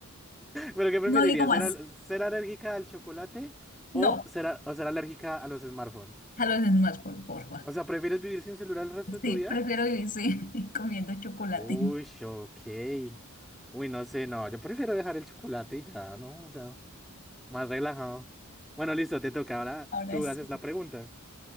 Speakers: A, in the centre; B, on the left.
A: ¿Pero qué preferirías?
B: No digo más.
A: ¿Ser, al- ser alérgica al chocolate
B: No,
A: o ser, a- o ser alérgica a los smartphones?
B: a los más, por favor. Juan.
A: O sea, ¿prefieres vivir sin celular el resto de
B: Sí,
A: tu vida?
B: prefiero vivir sí, <laughs> comiendo chocolate.
A: Uy, ok. Uy, no sé, no. Yo prefiero dejar el chocolate y ya, ¿no? O sea, más relajado. Bueno, listo, te toca. Ahora
B: Ahora
A: tú
B: es.
A: haces la pregunta.